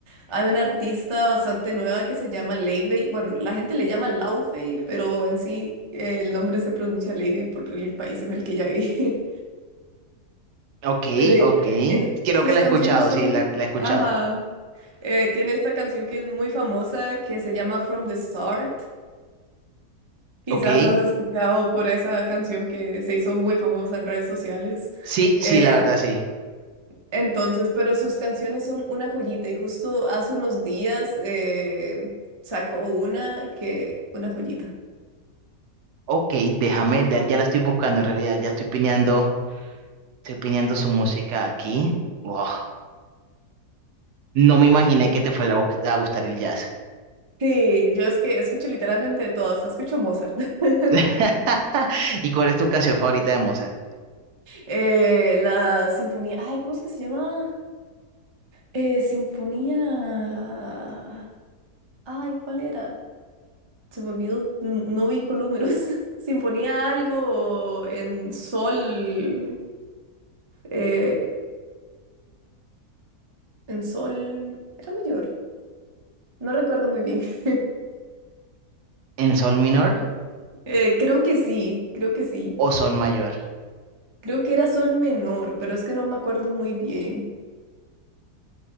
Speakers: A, on the right (about 40°); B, on the right (about 80°).
A: Hay una artista bastante nueva que se llama Leivey. Bueno, la gente le llama Laufey, pero en sí eh, el nombre se pronuncia Leivey por el país en el que ella vive.
B: Ok,
A: Pero ella,
B: ok.
A: eh,
B: Creo
A: sus
B: que la
A: canciones
B: he escuchado,
A: son,
B: sí, la, la he escuchado.
A: ajá, eh, tiene esta canción que es muy famosa que se llama From the Start. Quizás
B: Ok.
A: has escuchado por esa canción que se hizo muy famosa en redes sociales.
B: Sí,
A: Eh,
B: sí, la verdad, sí.
A: entonces, pero sus canciones son una joyita y justo hace unos días eh, sacó una que, una joyita.
B: Ok, déjame, ya, ya la estoy buscando en realidad, ya estoy piñando, estoy piñando su música aquí. Wow. No me imaginé que te fuera a gust- a gustar el jazz.
A: Sí, yo es que escucho literalmente de todas, hasta escucho Mozart. <laughs>
B: <laughs> ¿Y cuál es tu canción favorita de Mozart?
A: Eh, la sinfonía, ay, ¿cómo es que se llama? Eh, sinfonía. Ay, ¿cuál era? Se me olvidó. N- No vi con números. <laughs> Sinfonía algo en sol. eh, en sol. Era mayor. No recuerdo muy bien. <laughs>
B: ¿En sol menor?
A: Eh, creo que sí, creo que sí.
B: o sol mayor.
A: Creo que era sol menor, pero es que no me acuerdo muy bien.